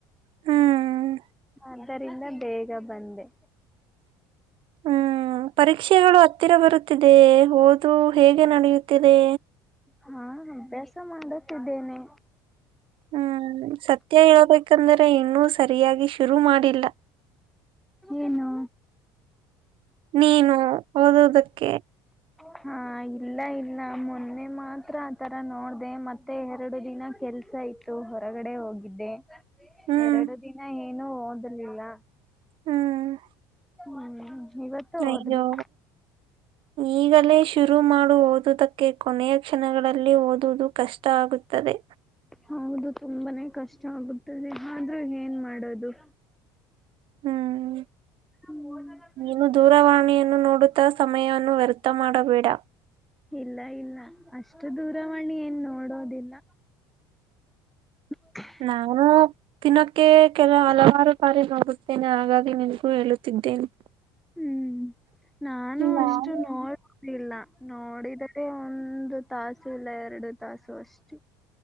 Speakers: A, on the right; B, in the centre.
A: ಹ್ಮ್
B: ಆದ್ದರಿಂದ ಬೇಗ ಬಂದೆ
A: ಹ್ಮ್ ಪರೀಕ್ಷೆಗಳು ಹತ್ತಿರ ಬರುತ್ತಿದೆ ಹದ ಇದು ಹೇಗೆ ನಡೆಯುತ್ತಿದೆ
B: ಹಾ ಅಭ್ಯಾಸ ಮಾಡುತ್ತಿದ್ದೇನೆ
A: ಹ್ಮ್ ಸತ್ಯ ಹೇಳ್ಬೇಕಂದ್ರೆ ಇನ್ನೂ ಸರಿಯಾಗಿ ಶುರು ಮಾಡಿಲ್ಲ
B: ಏನು
A: ನೀನು ಓದೋದಕ್ಕೆ
B: ಹಾ ಇಲ್ಲ ಇಲ್ಲ ಮೊನ್ನೆ ಮಾತ್ರ ಆತರ ನೋಡ್ದ ಮತ್ತೆ ಮತ್ತೆ ಎರಡು ದಿನ ಕೆಲ್ಸ ಇತ್ತು ಹೊರಗಡೆ ಹೋಗಿದ್ದೆ
A: ಹ್ಮ್
B: ಎರಡು ದಿನ ಏನು ಓದರ್ಲಿಲ್ಲ
A: ಹ್ಮ್
B: ಹ್ಮ ಇವತ್ತು
A: ಅಯ್ಯೋ
B: ಓದ್ಬೇಕು
A: ಈಗಲೇ ಶುರು ಮಾಡು ಓದುದಕ್ಕೆ ಕೊನೆಯ ಕ್ಷಣಗಳಲ್ಲಿ ಓದುವುದು ಕಷ್ಟ ಆಗುತ್ತದೆ
B: ಹೌದು ತುಂಬಾನೇ ಕಷ್ಟ ಆಗುತ್ತದೆ ಆದ್ರೆ ಏನ್ ಮಾಡೋದು
A: ಹ್ಮ್
B: ಹ ಮ <unintelligible>
A: ನೀನು ದೂರವಾಣಿಯನ್ನು ನೋಡುತ್ತಾ ಸಮಯವನ್ನು ವ್ಯರ್ಥ ಮಾಡಬೇಡ
B: ಇಲ್ಲ ಇಲ್ಲ ಅಷ್ಟು ದೂರವಾಣಿ ಏನ್ ನೋಡೋದಿಲ್ಲ ಹ
A: ನಾನು ದಿನಕ್ಕೆ ಕೆಲ ಹಲವಾರು ಬಾರಿ ನೋಡುತ್ತೇನೆ ಹಾಗಾಗಿ ನಿನಗೂ ಹೇಳುತ್ತಿದ್ದೇನೆ
B: ಹ್ಮ್ ನಾನು
A: ಹ್ಮ್
B: ಅಷ್ಟು ನೋಡ್ ಇಲ್ಲ ನೋಡಿದೆ ಒಂದು ತಾಸು ಇಲ್ಲ ಎರಡು ತಾಸು ಅಷ್ಟೇ